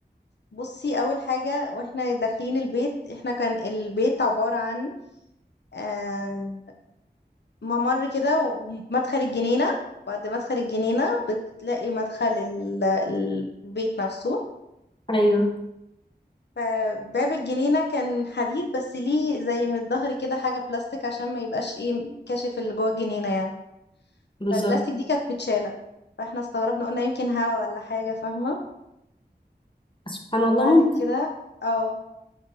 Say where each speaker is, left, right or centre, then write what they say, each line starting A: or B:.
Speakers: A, on the left (about 70°); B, on the left (about 30°).
A: بصي اول حاجه واحنا داخلين البيت احنا كان البيت عباره عن آه، ممر كده ومدخل الجنينه بعد مدخل الجنينه بتلاقي مدخل ال- ال- البيت نفسه
B: أيوه
A: فباب الجنينه كان حديد بس ليه زي من الظهر كده حاجه بلاستيك عشان ما يبقاش ايه كاشف اللي جوه الجنينه يعني
B: بالظبط
A: فالبلاستيك دي كانت متشاله فاحنا استغربنا قلنا يمكن هوا ولا حاجه فاهمه
B: سبحان الله
A: وبعد
B: ممكن
A: كده اه